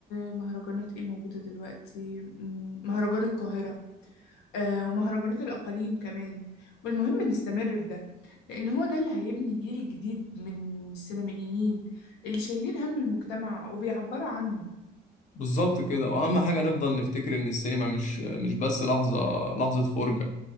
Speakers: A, on the left (about 80°); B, on the left (about 45°).
A: مهرجانات إيه موجودة دلوقتي م- مهرجان القاهرة آه، ومهرجانات الأقاليم كمان والمهم نستمر في ده لأن هو ده اللي هيبني جيل جديد من السينمائيين اللي شايلين هم المجتمع وبيعبروا عنه
B: بالظبط كده وأهم حاجة نفضل نفتكر إن السينما مش مش بس لحظة لحظة فرجة